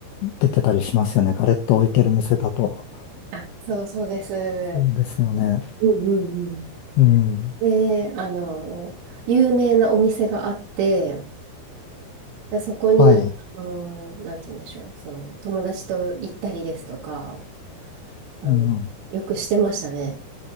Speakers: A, on the left; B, on the right.
A: 出てたりしますよね。ガレット置いてる店だと。
B: あ、そう、そうです。
A: そうですよね。
B: うんうんうん。
A: うん。
B: で、あの、有名なお店があって、でそこに、
A: はい。
B: あの、なんて言うんでしょう、その、友達と行ったりですとか、あの、
A: うん。
B: よくしてましたね。